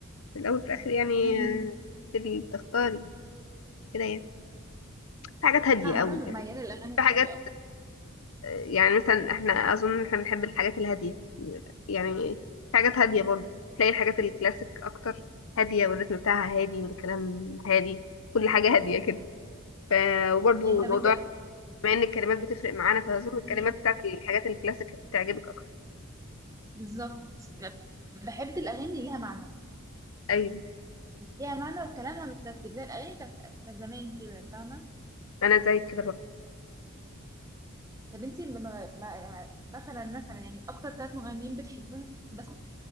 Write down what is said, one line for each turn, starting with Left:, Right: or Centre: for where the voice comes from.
Left: في الأول في الآخر يعني
Right: امم
Left: آه، تبي تختاري كده يعني في حاجات هادية
Right: انا عامه
Left: أوي يعني
Right: مياله للاغاني العربي
Left: في حاجات
Right: اكتر
Left: يعني مثلا احنا اظن احنا بنحب الحاجات الهاديه يعني في حاجات هاديه برضه تلاقي الحاجات الكلاسيك اكتر هاديه والريتم بتاعها هادي والكلام هادي كل حاجه هاديه كده ف وبرضه
Right: يعني طب
Left: موضوع
Right: انت
Left: بما ان الكلمات بتفرق معانا فاظن الكلمات
Right: امم
Left: بتاعت الحاجات الكلاسيك بتعجبك اكتر
Right: بالظبط بحب الاغاني اللي ليها معنى
Left: ايوه
Right: ليها معنى وكلامها مترتب زي الاغاني بتاعت بتاعت زمان كده فاهمه
Left: انا زيك كده برضه
Right: طب انت م- م- م- مثلا مثلا يعني اكتر ثلاث مغنيين بتحبهم بس